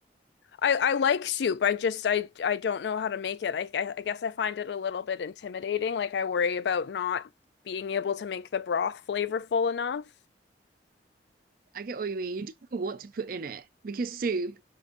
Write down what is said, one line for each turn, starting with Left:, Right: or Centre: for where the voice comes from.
Left: I, I like soup. I just I I don't know how to make it. I, I I guess I find it a little bit intimidating. Like I worry about not being able to make the broth flavorful enough.
Right: I get what you mean. You don't know what to put in it because soup,